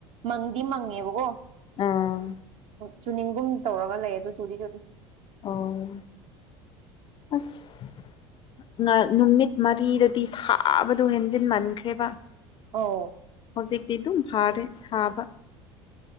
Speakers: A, on the right; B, on the left.
A: ꯃꯪꯗꯤ ꯃꯪꯉꯦꯕꯀꯣ
B: ꯑꯥ
A: ꯆꯨꯅꯤꯡꯕꯨꯝ ꯇꯧꯔꯒ ꯂꯩ ꯑꯗꯨ ꯆꯨꯗꯤ ꯆꯨꯗꯤ
B: ꯑꯣ ꯑꯁ ꯅꯨꯃꯤꯠ ꯃꯔꯤꯗꯗꯤ ꯁꯥꯕꯗꯣ ꯍꯦꯟꯖꯤꯟꯃꯟꯈ꯭ꯔꯦꯕ
A: ꯑꯧ
B: ꯍꯧꯖꯤꯛꯇꯤ ꯑꯗꯨꯝ ꯐꯥꯔꯦ ꯁꯥꯕ